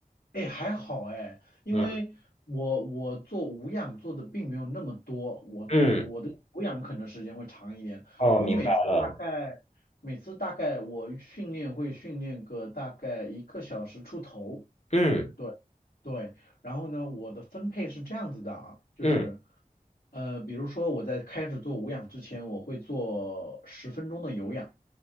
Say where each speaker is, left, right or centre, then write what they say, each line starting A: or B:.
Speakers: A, on the left; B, on the left.
A: 哎，还好哎，因为我我做无氧做的并没有那么多，
B: 嗯。
A: 我我的有氧可能时间会长一点。
B: 嗯，哦，
A: 我每次大概每次大概我训练会训练个大概一个小时出头，
B: 明白了。嗯
A: 对对。然后呢，我的分配是这样子的啊，就是
B: 嗯，
A: 呃，比如说我在开始做无氧之前，我会做十分钟的有氧，